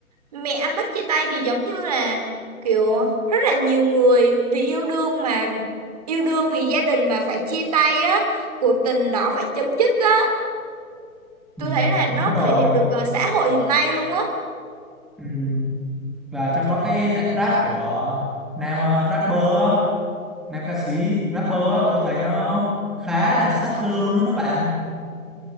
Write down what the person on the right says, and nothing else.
mẹ anh Bích chia tay thì giống như là kiểu rất là nhiều người vì yêu đương mà yêu đương vì gia đình mà phải chia tay á cuộc tình đó phải chấm dứt á tôi
thấy là nó
thể hiện được ờ, xã hội hiện nay luôn á